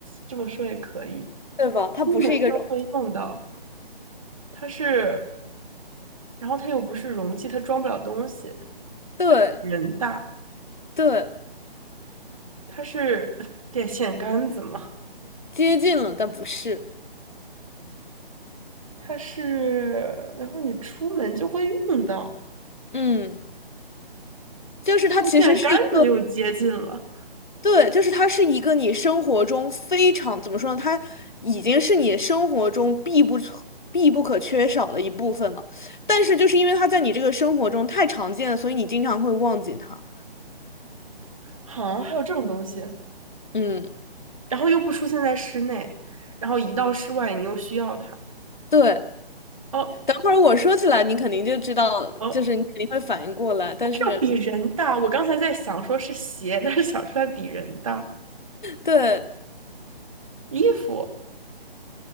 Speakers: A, on the right; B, on the left.
A: 这么说也可以，
B: 对吧？它不是一个容，
A: 出门就会用到，它是。然后它又不是容器，它装不了东西。
B: 对
A: 人大，
B: 对，
A: 它是电线杆子嘛，
B: 接近了，但不是。
A: 它是，然后你出门就会用到。
B: 嗯，就是它其实是一个
A: 电线杆子又接近了，
B: 对，就是它是一个你生活中非常，怎么说呢？它已经是你生活中必不可必不可缺少的一部分了。但是就是因为它在你这个生活中太常见了，所以你经常会忘记它。
A: 好，还有这种东西，
B: 嗯，
A: 然后又不出现在室内，然后一到室外你又需要它。
B: 对。
A: 哦
B: 等会儿我说起来，你肯定就知道，
A: 哦，
B: 就是你肯定会反应过来。但是，
A: 这又比人大。我刚才在想说是鞋，但是想出来比人大。
B: 对
A: 衣服